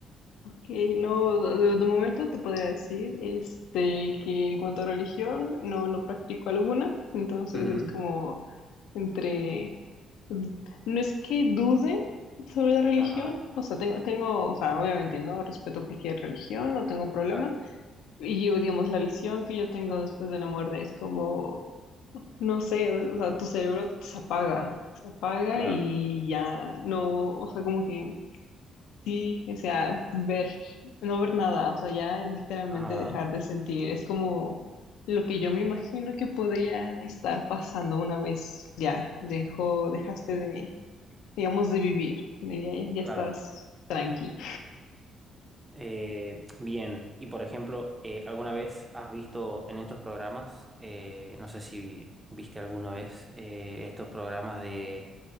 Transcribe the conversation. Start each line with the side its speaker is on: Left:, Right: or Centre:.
Left: Ok, no, de, de momento te podría decir este, que en cuanto a religión, no, no practico alguna, entonces
Right: Ujú.
Left: es como entre, mm, no es que dude sobre la religión,
Right: Ajá,
Left: o sea, tengo, tengo, o sea, obviamente, ¿no? Respeto cualquier religión, no tengo problema,
Right: claro,
Left: y yo digamos, la visión que yo tengo después de la muerte es como No sé, o sea, tu cerebro se apaga, se apaga
Right: claro.
Left: y ya no, o sea, como que sí, o sea, ver, no ver nada, o sea, ya literalmente
Right: Ajá,
Left: dejar de sentir, es como lo que yo me imagino que podría estar pasando una vez ya dejó, dejaste de, digamos, de vivir, de ya, ya
Right: claro.
Left: estás tranqui.
Right: Eh, bien, y por ejemplo, eh, ¿alguna vez has visto en estos programas, eh, no sé si viste alguna vez eh, estos programas de